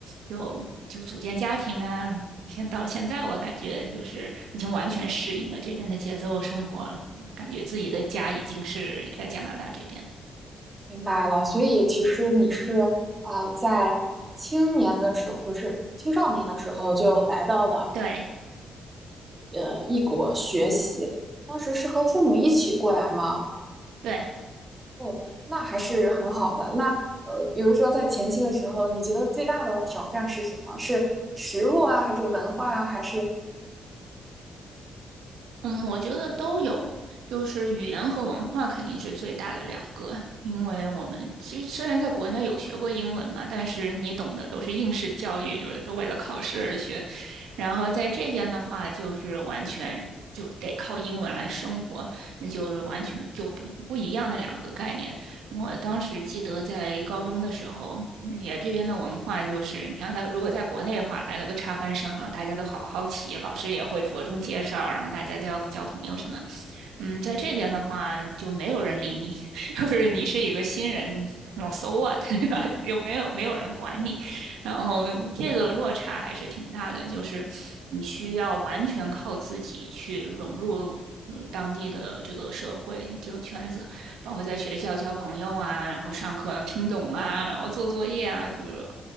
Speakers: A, on the right (about 85°); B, on the right (about 25°).
A: 就就组建家庭啊，现到现在，我感觉就是已经完全适应了这边的节奏生活，感觉自己的家已经是在加拿大这边。
B: 明白了。所以其实你是啊呃，在青年的时候，不是青少年的时候就来到了
A: 对
B: 呃异国学习，当时是和父母一起过来吗？
A: 对，
B: 哦，那还是很好的。那呃，比如说在前期的时候，你觉得最大的挑战是什么？是食物啊，还是文化啊，还是
A: 嗯，我觉得都有，就是语言和文化肯定是最大的两个，因为我们其实虽然在国内有学过英文嘛，但是你懂的都是应试教育，就是都为了考试而学，然后在这边的话，就是完全就得靠英文来生活，那就是完全就不不一样的两个概念。我当时记得在高中的时候，嗯也这边的文化就是，你像在如果在国内的话，来了个插班生啊，大家都好好奇，老师也会着重介绍，然后大家都要交朋友什么。嗯，在这边的话就没有人理你，<laughs> 就是你是一个新人，老 so what，<laughs> 对吧？<laughs> 就没有没有人管你，然后这个落差还是挺大的，就是你需要完全靠自己去融入。就是当地的这个社会，这个圈子，包括在学校交朋友啊，然后上课要听懂啊，然后做作业啊，就是